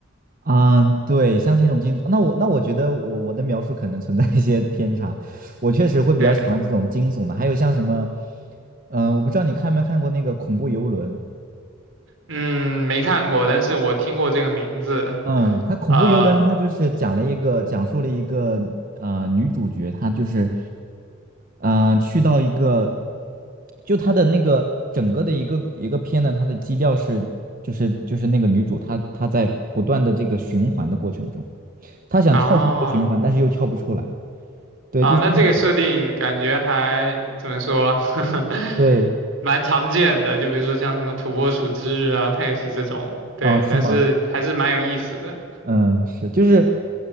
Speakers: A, on the right; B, on the right.
A: 嗯，对，像是一种惊，那我那我觉得我我的描述可能存在一些偏差，我确实会比较喜欢这种惊悚的，
B: 对，
A: 还有像什么，嗯、我不知道你看没看过那个恐怖游轮，
B: 嗯，没看过，但是我听过这个名字。
A: 嗯，它恐怖游轮它就是讲了一个讲述了一个呃女主角她就是
B: 呃，
A: 嗯、呃去到一个，就她的那个整个的一个一个片呢，它的基调是就是就是那个女主她她在不断的这个循环的过程中。他想跳出这个循环，
B: 啊
A: 但是又跳不出来。对，
B: 啊，
A: 就是那种，
B: 那这个设定感觉还怎么说，<laughs>
A: 对，
B: 蛮常见的。就比如说像什么土拨鼠之日啊，它也是这种。对，
A: 哦，是吗？
B: 但是还是蛮有意思的。
A: 嗯，是，就是，